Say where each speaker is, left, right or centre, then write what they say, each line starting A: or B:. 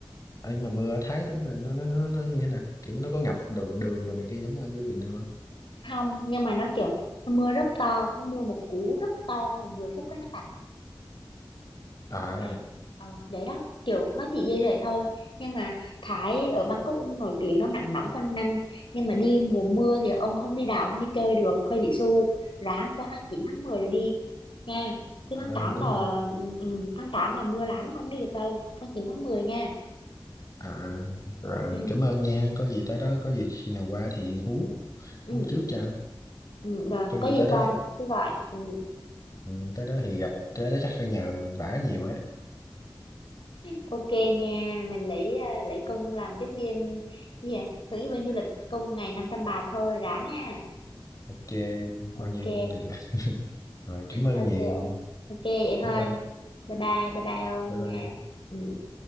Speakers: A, on the left (about 40°); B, on the left (about 80°).
A: ấy mà mưa ở Thái tính là nó nó nó, nó như thế nào kiểu nó có ngập đồ đường đồ này kia giống như cái Việt Nam không
B: không nhưng mà nó kiểu nó mưa rất to nó mưa một cú rất to trong vòng 10 phút cái nó tạt
A: à,
B: Dạ. Ờ, vậy đó kiểu nó chỉ như vậy thôi nhưng mà Thái ở Bangkok cũng nổi tiếng nó nắng nóng quanh năm nhưng mà đi mùa mưa thì ông không đi đảo không đi chơi được hơi bị xu ráng qua tháng 9 tháng 10 rồi đi nha chứ
A: à
B: tháng 8
A: đúng
B: là
A: không
B: ừ, ừ, tháng 8 là mưa lắm không đi được đâu tháng chín tháng mười nha
A: à rồi
B: ừ,
A: cảm ơn nha có gì tới đó có gì khi nào qua thì hú
B: ừ,
A: hú trước cho
B: ừ, rồi
A: có gì
B: có gì
A: tới đó
B: qua
A: thì
B: cứ gọi ừ.
A: ừ, tới đó thì gặp tới đó chắc phải nhờ vả nhiều á
B: ok nha mình lấy ờ, lấy công làm tiếp viên gì à hướng dẫn viên du lịch công ngày 500 bạt thôi ráng nha
A: ok bao
B: ok
A: nhiêu cũng được rồi cảm ơn
B: ok
A: nhiều
B: ok vậy thôi
A: bye bye
B: bye bye bye bye ông
A: bye bye
B: nha ừ